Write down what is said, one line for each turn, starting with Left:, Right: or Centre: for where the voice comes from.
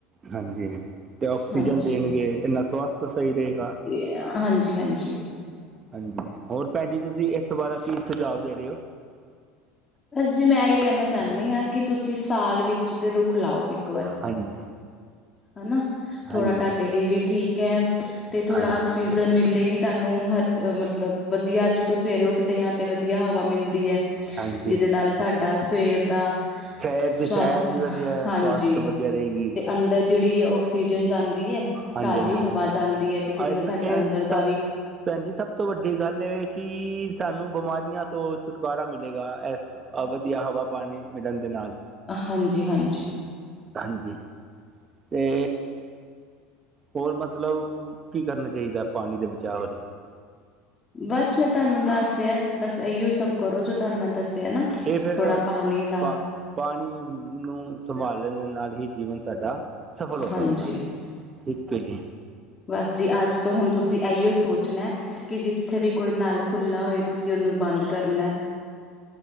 Right: ਹਾਂਜੀ, ਤੇ ਆਕਸੀਜਨ
Left: ਹਾਂਜੀ
Right: ਦੇਣਗੇ ਇੰਨਾ ਸਵਸਥ ਸਹੀ ਰਹੇਗਾ।
Left: ਇਹ ਹਾਂਜੀ-ਹਾਂਜੀ।
Right: ਹਾਂਜੀ, ਹੋਰ ਭੈਣ ਜੀ, ਤੁਸੀਂ ਇਸ ਬਾਰੇ ਕੀ ਸੁਝਾਵ ਦੇ ਰਹੇ ਹੋ?
Left: ਬਸ ਜੀ ਮੈਂ ਇਹੀ ਕਹਿਣਾ ਚਾਹਨੀ ਹਾਂ ਕਿ ਤੁਸੀਂ ਸਾਲ ਵਿੱਚ ਤੇ ਰੁੱਖ ਲਾਓ ਇੱਕ।
Right: ਹਾਂਜੀ।
Left: ਹੈਨਾ।
Right: ਹਾਂਜੀ
Left: ਥੋੜਾ ਤੁਹਾਡੇ ਲਈ ਵੀ ਠੀਕ ਹੈ, ਤੇ ਥੋੜਾ
Right: ਹਾਂਜੀ
Left: ਆਕਸੀਜਨ ਮਿਲੇਗੀ ਤੁਹਾਨੂੰ ਹਰ ਮਤਲਬ ਵਧੀਆੱ ਜਦੋ ਸਵੇਰੇ ਉੱਠਦੇ ਹਾਂ, ਤੇ ਵਧੀਆ ਹਵਾ ਮਿਲਦੀ ਹੈ
Right: ਹਾਂਜੀ
Left: ਜਿਹਦੇ ਨਾਲ ਸਾਡਾ ਸਵੇਰ ਦਾ
Right: ਸੈਰ ਦੀ
Left: ਸਵਸਥ,
Right: ਸੈਰ ਵੀ ਵਧੀਆ ਹੈ,
Left: ਹਾਂਜੀ
Right: ਸਵਾਸਥ ਵਧੀਆ ਰਹੇਗੀ
Left: ਤੇ ਅੰਦਰ ਜਿਹੜੀ ਔ ਆਕਸੀਜਨ ਜਾਂਦੀ ਹੈ,
Right: ਹਾਂਜੀ
Left: ਤਾਜ਼ੀ
Right: ਹਾਂਜੀ
Left: ਹਵਾ ਜਾਂਦੀ ਹੈ, ਤੇ ਜਿਹਦੇ
Right: ਔਰ
Left: ਨਾਲ ਸਾਡਾ
Right: ਇਹ
Left: ਅੰਦਰ ਦਾ
Right: ਸਭ
Left: ਵੀ
Right: ਭੈਣ ਜੀ, ਸਭ ਤੋਂ ਵੱਡੀ ਗੱਲ ਏ ਕਿ- ਸਾਨੂੰ ਬਿਮਾਰੀਆਂ ਤੋਂ ਛੁਟਕਾਰਾ ਮਿਲੇਗਾ ਏਸ, ਵਧੀਆ ਹਵਾ, ਪਾਣੀ ਮਿਲਣ ਦੇ ਨਾਲ
Left: ਹਾਂਜੀ, ਹਾਂਜੀ
Right: ਹਾਂਜੀ, ਤੇ ਹੋਰ ਮਤਲਬ, ਕੀ ਕਰਨਾ ਚਾਹੀਦਾ? ਪਾਣੀ ਦੇ ਬਚਾਅ ਲਈ।
Left: ਬਸ ਮੈਂ ਤੁਹਾਨੂੰ ਦੱਸਯਾਂ, ਬਸ ਏਹੀਓ ਸਭ ਕਰੋ ਤੁਹਾਨੂੰ ਮੈਂ ਦੱਸਿਆ ਨਾ,
Right: ਇਹ ਫਿਰ
Left: ਥੋੜਾ ਪਾਣੀ ਦਾ
Right: ਪਾ ਪਾਣੀ ਨੂੰ ਸੰਭਾਲਣ ਦੇ ਨਾਲ ਹੀ ਜੀਵਨ ਸਾਡਾ, ਸਫਲ ਹੋ ਸਕਦੇ,
Left: ਹਾਂਜੀ-ਹਾਂਜੀ
Right: ਠੀਕ ਹੈ ਜੀ
Left: ਬਸ ਜੀ, ਆਜ ਤੋਂ ਹੁਣ ਤੁਸੀਂ ਏਹੀਓ ਸੋਚਣੈ ਕਿ, ਜਿੱਥੇ ਵੀ ਕੋਈ ਨਲ ਖੁੱਲਾ ਹੋਏ, ਤੁਸੀਂ ਨੂੰ ਬੰਦ ਕਰਨੈ